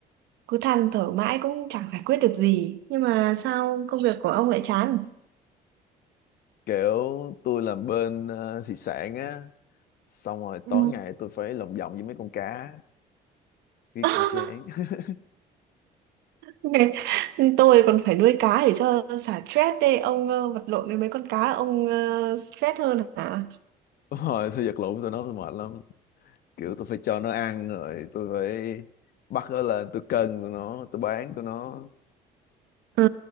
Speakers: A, on the right; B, on the left.
A: cứ than thở mãi cũng chẳng giải quyết được gì. Nhưng mà sao công việc của ông lại chán?
B: kiểu tôi làm bên ờ, thị sản á, xong rồi
A: Ừ,
B: tối ngày tôi phải lồng vòng với mấy con cá, cái
A: <laughs>
B: cũng chán. <laughs>
A: Ngày- Tôi còn phải nuôi cá để cho xả stress đây. Ông ờ, vật lộn với mấy con cá ông ờ, stress hơn hả?
B: Đúng rồi, tôi vật lộn tôi nói tôi mệt lắm. Kiểu tôi phải cho nó ăn rồi, tôi phải bắt nó lên, tôi cân tụi nó, tôi bán tụi nó,
A: Ừ,